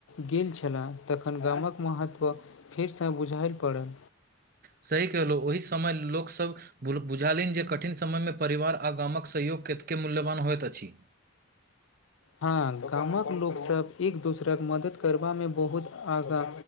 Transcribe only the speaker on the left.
गेल छलए तखन गामक महत्व फेरसँ बुझाएल पड़ल
हँ गामक लोकसभ एक दोसराके मदद करबामे बहुत आगाँ